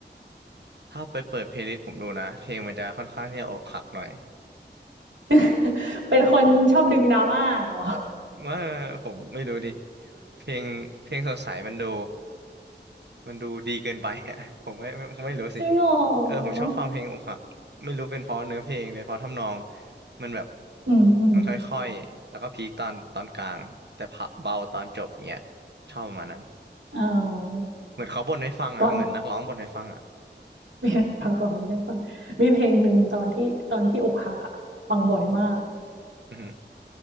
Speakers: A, on the right; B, on the right.
A: ถ้าไปเปิดเพลย์ลิสต์ผมดูนะเพลงมันจะค่อนข้างที่จะอกหักหน่อย
B: <laughs> เป็นคนชอบดึงดราม่าเหรอ
A: <laughs> ว่าผมไม่รู้ดิเพลงเพลงสดใสมันดูมันดูดีเกินไปอ่ะ <laughs> ผมไม่ไม่ไม่รู้สิ
B: จริงเหรอ
A: เออผมชอบฟังเพลงอกหักไม่รู้เป็นเพราะเนื้อเพลงเป็นเพราะทำนองมันแบบ
B: อืมอืม
A: มันค่อยๆแล้วก็พีคตอนตอนกลางแต่พะเบาตอนจบเงี้ยชอบประมาณนั้น
B: เอา
A: เหมือนเขาบ่นให้ฟังอ่ะเหมือนนักร้องบ่นให้ฟังอ่ะ
B: ตอน มีเพลงของให้ฟังมีเพลงหนึ่งตอนที่ตอนที่อกหักอ่ะฟังบ่อยมาก
A: อือฮึ